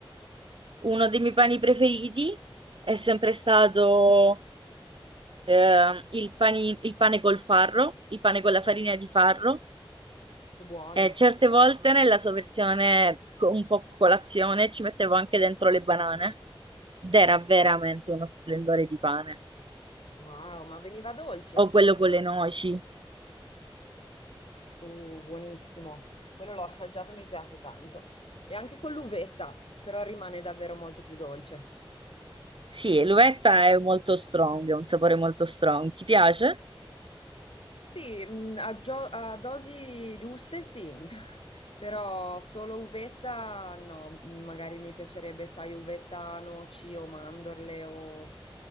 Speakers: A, on the right; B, on the left.
A: Uno dei miei pani preferiti è sempre stato eh, il pani- il pane col farro, il pane con la farina di farro.
B: Che buono.
A: E certe volte nella sua versione co- un po' colazione ci mettevo anche dentro le banane ed era veramente uno splendore di pane.
B: Wow, ma veniva dolce.
A: O quello con le noci.
B: Uh, buonissimo. Quello l'ho assaggiato e mi piace tanto. E anche con l'uvetta, però rimane davvero molto più dolce.
A: Sì, l'uvetta è molto strong, è un sapore molto strong. Ti piace?
B: Sì, mh, a, gio- a dosi giuste sì, <laughs> però solo uvetta no, mm, magari mi piacerebbe, sai, uvetta, noci o mandorle o,